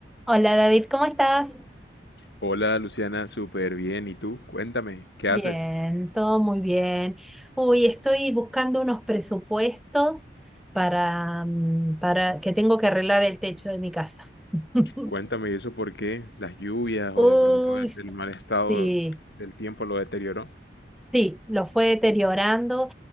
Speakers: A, in the centre; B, on the left.
A: Hola David, ¿cómo estás?
B: Hola Luciana, súper bien. ¿Y tú? Cuéntame, ¿qué
A: Bien,
B: haces?
A: todo muy bien. Uy, estoy buscando unos presupuestos para, mm, para que tengo que arreglar el techo de mi casa. <laughs>
B: Cuéntame, ¿y eso por qué? ¿Las lluvias
A: Uy,
B: o de pronto el, el mal estado
A: sí.
B: del tiempo lo deterioró?
A: Sí, lo fue deteriorando.